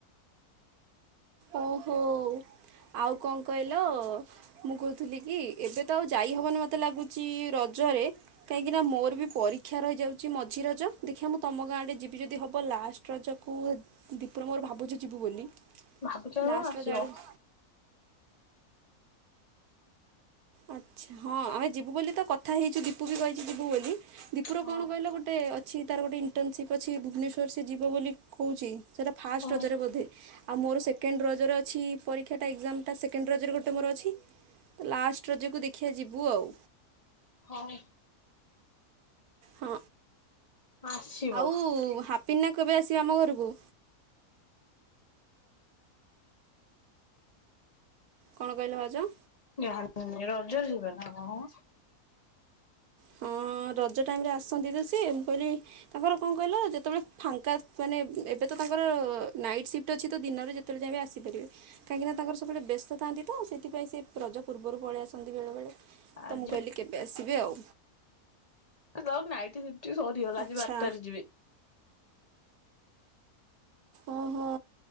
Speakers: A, on the right; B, on the left.
A: ଓ ହଉ। ଆଉ କଣ କହିଲ ମୁଁ କହୁଥିଲି କି ଏବେ ତ ଆଉ ଯାଇହବନି ମତେ ଲାଗୁଚି ରଜରେ। କାହିଁକିନା ମୋର ବି ପରି କ୍ଷା ରହିଯାଉଚି ମଝି ରଜ ଦେଖିଆ ମୁଁ ତମ ଗାଁ ଆଡେ ଯିବି ଯଦି ହବ ଲାଷ୍ଟ ରଜକୁ ଦୀପୁ ର ମୋର ଭାବୁଚୁ ଯିବୁ ବୋଲି।
B: ଭାବୁଚ କଣ
A: ଲାଷ୍ଟ
B: ଆସିବ।
A: ରଜ ଆଡ଼କୁ ଆଚ୍ଛା ହଁ ଆମେ ଯିବୁ ବୋଲି ତ କଥା ହେଇଚୁ ଦୀପୁ ବି କହିଚି ଯିବୁ ବୋଲି ଦୀପୁର
B: ହଁ
A: କଣ କହିଲ ଗୋ ଟେ ଅଛି ତାର ଗୋଟେ ଇଣ୍ଟର୍ନସିପ୍ ଅଛି ଭୁବନେଶ୍ୱର ସେ ଯିବ ବୋଲି କହୁଚି ସେଟା ଫାଷ୍ଟ
B: ହଁ
A: ରଜରେ ବୋଧେ। ଆଉ ମୋର ସେକେଣ୍ଡ ରଜରେ ଅଛି ପରୀକ୍ଷାଟା ଟା ଏଗଜାମ୍ ଟା ସେକେଣ୍ଡ ରଜରେ ଗୋଟେ ମୋର ଅଛି ତ ଲାଷ୍ଟ ରଜକୁ ଦେଖିଆ ଯିବୁ ଆଉ।
B: ହଁ।
A: ହଁ
B: ଆସିବ।
A: ଆଉ ହାପିନା କେବେ ଆସିବେ ଆମ ଘରକୁ? କଣ କହିଲ ଭାଉଜ?
B: <unintelligible> ରଜ ଯିବା ନା କଣ ମ।
A: ହଁ ରଜ ଟାଇମ୍ ରେ ଆସନ୍ତି ତ ସିଏ ମୁଁ କହିଲି ତାଙ୍କର କଣ କହିଲ ଯେତେବେଳେ ଫାଙ୍କା ମାନେ ଏବେ ତ ତାଙ୍କର ନାଇଟ ସି ଅଛି ତ ଦିନରେ ଯେତେବେଳେ ଚାହିଁବେ ଆସି ପାରିବେ। କାହିଁକି ନା ତାଙ୍କର ସବୁବେଳେ ବ୍ୟସ୍ତ ଥାନ୍ତି ତ ସେଥିପାଇଁ ସେ ରଜ ପୂର୍ବରୁ ପଳେଇ ଆସନ୍ତି ବେଳେବେଳେ।
B: ଆଜି
A: ତ ମୁଁ କହିଲି କେବେ ଆସିବେ ଆଉ।
B: ଦ ନାଇଟ ସିପ୍ଟ ସରିଗଲା
A: ଆଚ୍ଛା
B: ଆଜି ବାରଟାରେ ଯିବେ।
A: ଓହୋ